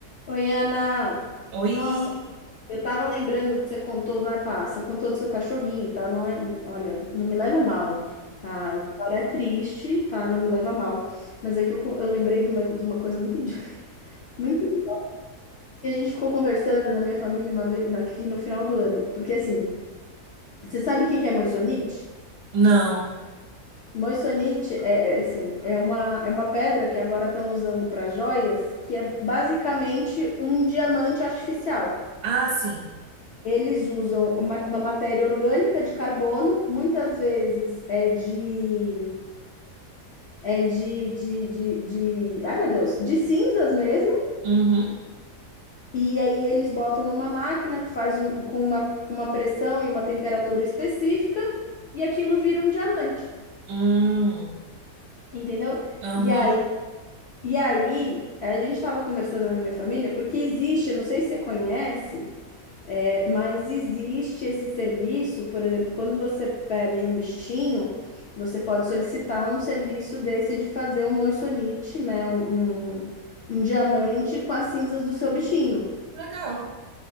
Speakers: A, on the left; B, on the right.
A: Oi, Ana.
B: Oi?
A: Nossa, eu tava lembrando que você contou, na, pá, você contou do seu cachorrinho e tal, não é, não- olha, não me leva mal, tá? A história é triste, tá? Não me leva mal, mas é que eu, co- eu lembrei de uma, de uma coisa muito idi- <laughs> muito idi- que a gente ficou conversando na minha família uma vez aqui no final do ano, porque assim, você sabe o que que é moissanite?
B: Não.
A: Moissanite é, é, assim, é uma é uma pedra que agora estão usando para joias, que é basicamente um diamante artificial.
B: Ah, sim.
A: Eles usam uma, uma matéria orgânica de carbono, muitas vezes é de, é de, de, de, de, ai meu Deus, de cinzas mesmo.
B: Uhum.
A: E aí eles botam numa máquina que faz um- com uma, com uma pressão e uma temperatura específica, e aquilo vira um diamante,
B: Hum.
A: entendeu?
B: Aham.
A: E aí, e aí a gente estava conversando na minha família, porque existe, eu não sei se você conhece. É, mas existe esse serviço, por exemplo, quando você perde um bichinho, você pode solicitar um serviço desse de fazer um moissanite, né? Um, um, um diamante com as cinzas do seu bichinho.
B: Legal.